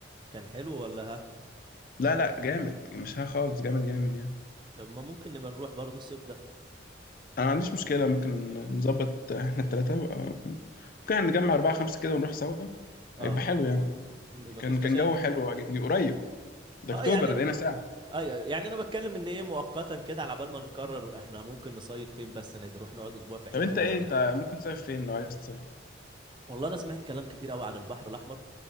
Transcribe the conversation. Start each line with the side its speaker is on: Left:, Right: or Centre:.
Right: كان حلو ولا ها
Left: لا لا جامد مش ها خالص جامد جامد يعني
Right: طب ما ممكن نبقى نروح برضه الصيف ده
Left: انا ما عنديش مشكلة ممكن نظبط احنا التلاتة آه، ممكن يعني نجمع أربعة خمسة كده ونروح سوا
Right: اه
Left: هيبقى حلو يعني
Right: ن- مفيش
Left: كان كان
Right: مشاكل
Left: جو حلو وعجبني قريب ده
Right: اه
Left: اكتوبر
Right: يعني
Left: ده هنا ساعة
Right: ايوه ايوه يعني انا بتكلم ان ايه مؤقتا كده على بال ما نقرر احنا ممكن نصيف فين بس انا نروح نقعد اسبوع في حته
Left: طب انت
Right: مثلا
Left: ايه انت ممكن تصيف فين لو عايز تصيف
Right: والله انا سمعت كلام كتير قوي عن البحر الاحمر